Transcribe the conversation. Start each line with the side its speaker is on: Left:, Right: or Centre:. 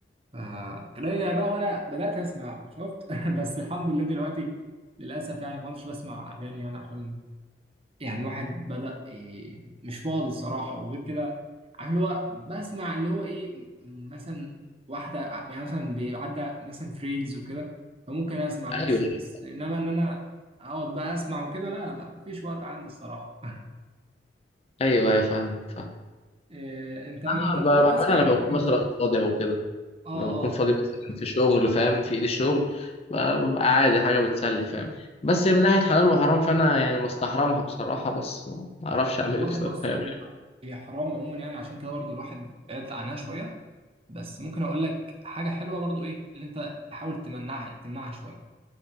Right: فكان رجع بقى وانا بدات اسمع له شفت <laughs> بس الحمد لله دلوقتي للاسف يعني ما كنتش بسمع اغاني يعني عشان يعني الواحد بدأ إيه مش فاضي الصراحة وغير كده عارف اللي هو بسمع اللي هو إيه م- مثلا واحدة ع- يعني مثلا بيعدى مثلا في ريلز وكده فممكن أسمع ماشي
Left: ايوه
Right: بس إنما إن أنا أقعد بقى أسمع وكده لا لا مفيش وقت عندي الصراحة <laughs>
Left: ايوه يا فاهمك فاهم
Right: إيه أنت أنت
Left: انا
Right: بدأت
Left: ب- بعملها
Right: تسمع أغاني
Left: لما بكون
Right: إمتى؟
Left: مثلا فاضي او كده
Right: آه
Left: لما
Right: آه
Left: بكون فاضي
Right: حلو
Left: مثلا في شغل فاهم في ايدي الشغل ب- ببقى عادي حاجه بتسلي فاهم بس من ناحيه حلال وحرام فانا يعني مستحرمها بصراحه بس ما اعرفش اعمل
Right: والله
Left: ايه بصراحه
Right: بص
Left: يعني
Right: هو هي حرام عموما يعني عشان كده برضو الواحد بعد عنها شوية بس ممكن أقول لك حاجة حلوة برضو إيه اللي أنت تحاول تمنعها تمنعها شوية